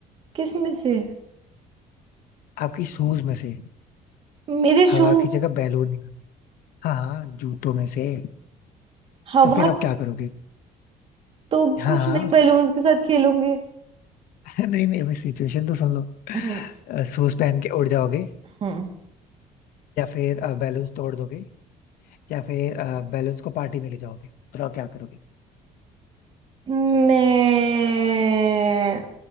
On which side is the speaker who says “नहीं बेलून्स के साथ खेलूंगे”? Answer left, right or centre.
Right